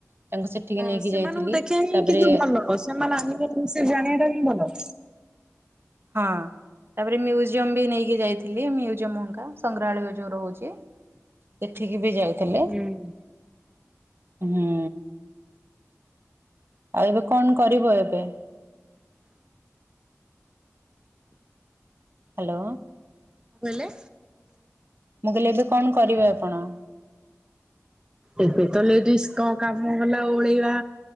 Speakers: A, on the right; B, on the right.
A: ତାଙ୍କୁ ସେଠିକି
B: ହଁ
A: ନେଇକି
B: ସେମାନଙ୍କୁ
A: ଯାଇଥିଲି
B: ଦେଖିବା ହିଁ
A: ତାପରେ
B: କିନ୍ତୁ ଭଲ ସେମାନେ ଆଣିବା ସେ ଜାଣିବା ଟା ହିଁ ଭଲ।
A: ହଁ ତାପରେ ମ୍ୟୁଜିୟମ୍ ବି ନେଇକି ଯାଇଥିଲି ମ୍ୟୁଜିୟମ ଏଙ୍କା ସଂଗ୍ରହାଳୟ ଯୋଉ ରୋହୁଚି। ସେଠିକି ବି ଯାଇଥିଲେ।
B: ହୁଁ କଣ
A: ହୁଁ ଆଉ ଏବେ କଣ କରିବ ଏବେ? ହ୍ୟାଲୋ।
B: ଗଲେ
A: ମୁଁ କହିଲି ଏବେ କଣ କରିବେ ଆପଣ?
B: ଏବେ ତ ଲେଡିସ୍ କଣ କାମ କଲା ଓଳେଇବା